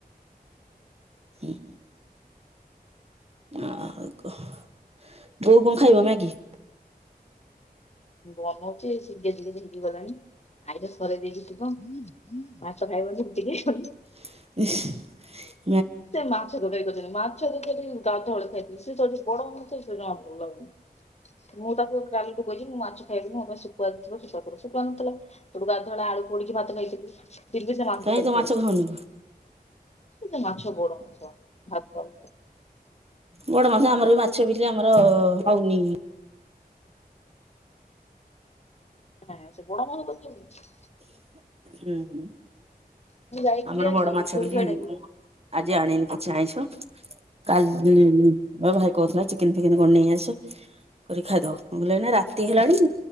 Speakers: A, on the right; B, on the left.
A: ହୁଁ। ଆଉକଣ କୁହ? ବୋଉ କଣ ଖାଇବ ମାଗି?
B: ବନଉଚି ମେଘ ଟିକେ ଟିକେ ହେଇକିଗଲାଣି। ଆଇର ସରେଇ ଦେଇକିି ଯିବ। ଭାତ ଖାଇବନିିକି ରୁଟି ଖାଇବନି।
A: ଇଁହିଁ।
B: ସେ ମାଛ ଧରେଇ ଦଉଚନ୍ତି ମାଛ ମାଛ ଦେଲି ଗାଧଆଳେ ଖାଇଥିଲି ସେ ଯଦି ବଡ ହୁଅନ୍ତେ ମତେ ଜମା ଭଲ ଲାଗୁନି ମୁଁ ତାକୁ କାଲି ମୁଁ କହୁଚି ମୁଁ ମାଛ ଖାଇନି ମୋ ପାଇଁ ଶୁଖୁଆ ଯଦି ଥିବ ଶୁଖୁଆ ପୋଡ଼ ଶୁଖୁଆ ନଥିଲା ହଠୁ ଅଗାଧୁଆ ଆଳୁ ପୋଡିକି ଭାତ ଖାଇଥିଲି। ତିନି ସେ ମା
A: କାହିଁ
B: ତ ଖାଇଥିଲୁ।
A: ତୁ ମାଛ ଖାଉନି
B: ସେ ମାଛ ବଡ ମାଛ ଭାତ।
A: ବଡ ମାସ ଆମର ବି ମାଛ ବିଲେ ଆମର ହଉନି।
B: ହଁ ସେ ବଡ ମହ କେମିତି?
A: ହୁଁ।
B: ମୁଁ ଯାଇଥିଲି
A: ଆମର
B: ଆଜି
A: ବଡ ମାଛ
B: ଯୋଉ
A: ବୋଲି
B: ସିଆଡେ
A: ମୁଁ ଆଜି ଆଣିନି କିଛି ଆନିଶ। କାଲିୋ ଭାଇ କହୁଥିଲା ଚିକେନ୍ ଫିକନ୍ କଣ ନେଇ ଆସ। କରି ଖାଇଦବ ମୁ ବୁଲ ନା ରାତି ହେଲାଣି।